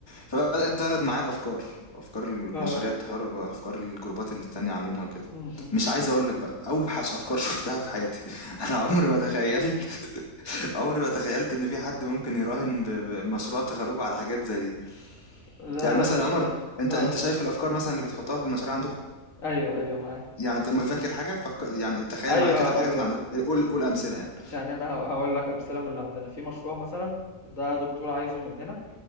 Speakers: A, on the left; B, on the left.
A: فبدأت تعرض معايا الأفكار وأفكار المشاريع
B: اه
A: التخرج وأفكار الجروبات اللي التانية عاملينها وكده
B: م -م.
A: مش عايز أقول لك بقى أوحش أفكار <laughs> شفتها في حياتي أنا عمري ما تخيلت <laughs> عمري ما تخيلت إن في حد ممكن يراهن ب- بمشروع تخرجه على حاجات زي دي
B: لا
A: يعني
B: لا
A: مثلا
B: الدنيا
A: يا عمر أنت
B: اه
A: أنت شايف الأفكار مثلا اللي بتحطها في المشاريع عندكم
B: ايوه ايوه معاك
A: يعني انت م- فاكر حاجة فك... يعني تخيل
B: ايوه
A: معايا كده
B: هقول
A: الحاجات اللي
B: لك
A: عندكم قول قول أمثلة يعني
B: يعني انا ه- هقول لك امثله من اللي عندنا في مشروع مثلا ده دكتور عايزه مننا